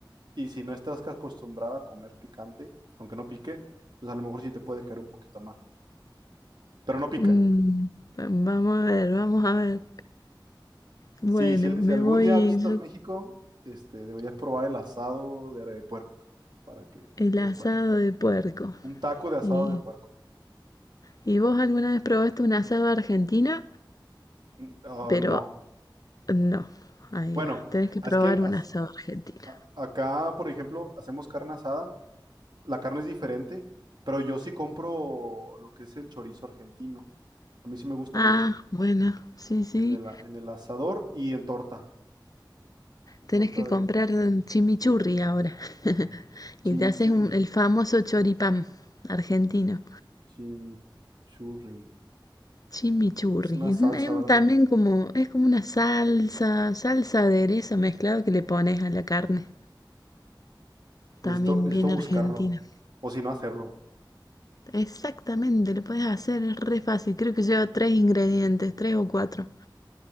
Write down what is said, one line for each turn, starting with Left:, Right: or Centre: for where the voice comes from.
Right: Y si no estás ca- acostumbrada a comer picante, aunque no pique, pues a lo mejor sí te puede caer un poquito mal. Pero no pica.
Left: mm, vamos a ver, vamos a ver. Bueno,
Right: Sí, si,
Left: me
Right: si algún
Left: voy
Right: día visitas
Left: yo-
Right: México, este, deberías probar el asado de re- puerco para que
Left: el
Right: te
Left: asado
Right: des cuenta.
Left: de puerco.
Right: Un taco de asado
Left: ¿Y,
Right: de puerco.
Left: y vos alguna vez probaste un asado argentino?
Right: Mm, ah,
Left: Pero
Right: no.
Left: no, ahí
Right: Bueno,
Left: va. Tenés que
Right: es
Left: probar
Right: que as-
Left: un asado argentino.
Right: A- Acá, por ejemplo, hacemos carne asada. La carne es diferente, pero yo sí compro lo que es el chorizo argentino. A mí sí me gusta
Left: Ah,
Right: mucho.
Left: bueno, sí, sí.
Right: En el, a- en el asador y en torta. La
Left: Tenés
Right: torta
Left: que
Right: de
Left: comprar
Right: chorizo.
Left: eh, chimichurri ahora. <laughs>
Right: Chimich
Left: Y te haces
Right: es
Left: un- el famoso choripán argentino.
Right: chimichurri.
Left: Chimichurri.
Right: Es una
Left: Es
Right: salsa,
Left: un- es un-
Right: ¿verdad?
Left: también como, es como una salsa, salsa aderezo mezclado que le pones a la carne. También
Right: Necesito, necesito
Left: bien
Right: buscarlo.
Left: argentina.
Right: O si no, hacerlo.
Left: Exactamente, lo puedes hacer, es re fácil. Creo que lleva tres ingredientes, tres o cuatro.